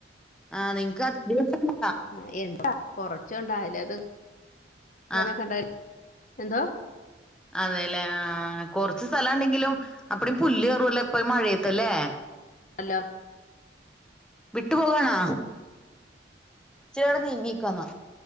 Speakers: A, in the centre; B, on the left.
A: ആ നിങ്ങ്ക്ക് ആ ദിവസങ്ങ
B: ഉം എന്താ കൊറച്ച് ഉണ്ടായല്ലേ അത് ദെനെക്കെണ്ടായി
A: ആഹ്
B: എന്തോ
A: അതേല്ലേ ആ കൊറച്ച് സ്ഥല ണ്ടെങ്കിലും അപ്പിടീം പുല്ല് പുല്ല് ഇപ്പഴും മഴേത്തല്ലേ
B: അല്ല
A: വിട്ടു പോകാണാ ചേർന്ന് നീങ്ങിക്കെന്നാ